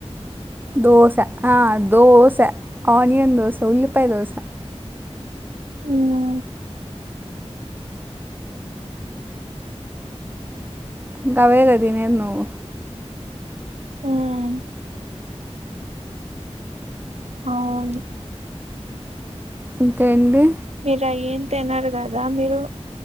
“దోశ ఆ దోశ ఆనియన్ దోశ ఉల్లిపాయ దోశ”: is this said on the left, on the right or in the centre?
Right